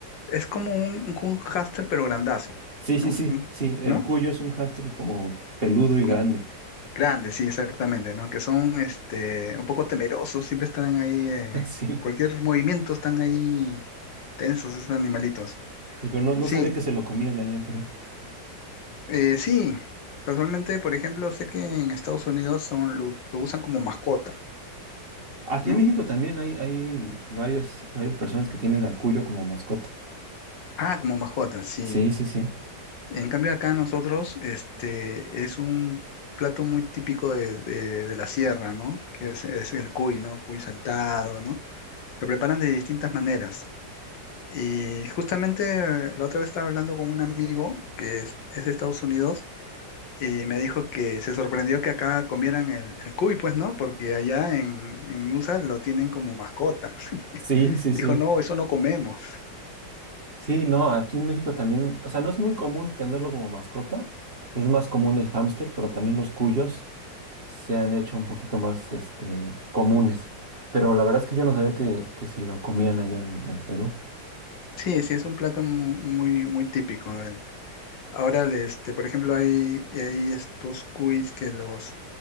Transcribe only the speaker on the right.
Sí,
sí, sí,
sí. El
cuyo es un hámster como peludo y
grande.
<laughs> Sí,
sí, pero no, no
sabía que se lo comían allá en Perú.
Aquí
en México también hay, hay varias, varias personas que tienen al cuyo como mascota.
Sí, sí, sí.
Sí, sí,
sí.
Sí, no, aquí en México también, o sea, no es muy común tenerlo como mascota, es más común el hámster, pero también los cuyos se han hecho un poquito más, este, comunes. Pero la verdad es que yo no sabía que, que se lo comían allá en, en Perú.